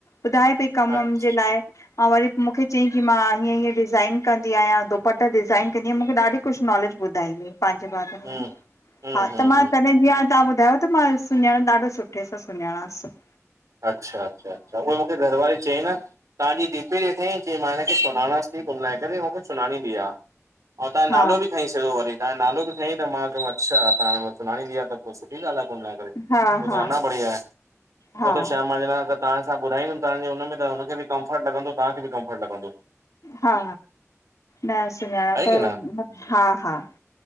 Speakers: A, on the left; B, on the right.
A: ॿुधाए पई कम
B: अच्छा
A: मम जे लाइ। अउ वरी मूंखे चयईं की मां हीअं हीअं डिजाइन कंदी आहियां दुप्पटा डिज़ाइन कंदी आहियां मूंखे ॾाढी कुछ नॉलेज ॿुधाईदी पंहिंजे बारे
B: हम्म
A: में
B: हम्म
A: हा
B: हम्म
A: त मां
B: हम्म
A: तॾहिं जीअं तहां ॿु त मां सुञाणा ॾाढो सुठे सां सुञाणासि।
B: अच्छा -अच्छा, अच्छा उई मूंखे घर वारी चई न तव्हांजी डीपी ॾिठईं चयईं मां हिन खे सुनाणास थी कुल मिलाएं करे, मूंखे सुनाणींदी आ। अऊ तहांओ
A: हा
B: नालो बि खयइ सिदो वरी तहांओ नालो बि खयइ त मां चयोमास अच्छा त सुनाणींदी आ त पोइ ठी ॻाल् आ कुल मिलाए करे
A: हा
B: पो
A: हा
B: त अना बढ़िया आहे।
A: हा
B: पो त शाम मजेदार तव तहां सां ॿुराईयूं तहांजे हुन में त हुनखे बि कंफर्ट लॻंदो तहांखे बि कंफर्ट लॻंदो।
A: हा, न सुञाणा
B: आहे
A: त
B: की
A: न हा हा